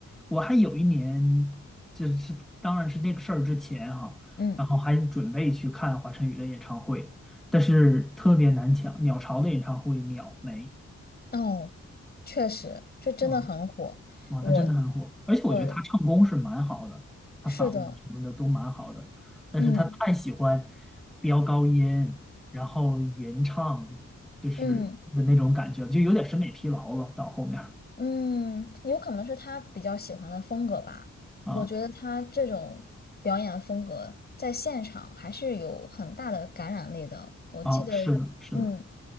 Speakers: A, in the centre; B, on the left.
A: 我还有一年，就是当然是这个事儿之前哈、
B: 嗯
A: 然后还准备去看华晨宇的演唱会，但是特别难抢，鸟巢的演唱会秒没。
B: 哦，确实，这真的很火。
A: 啊。啊，
B: 我，
A: 他真的很火，而且我觉得他唱功是蛮好的，
B: 对，
A: 他嗓子什么的都蛮好的，
B: 是的，
A: 但是他太喜欢
B: 嗯
A: 飙高音，然后吟唱，就是的那种感觉，
B: 嗯
A: 就有点审美疲劳了。到后面儿
B: 嗯，有可能是他比较喜欢的风格吧。
A: 啊
B: 我觉得他这种表演风格在现场还是有很大的感染力的。我记得，
A: 啊，是的，是的，
B: 嗯。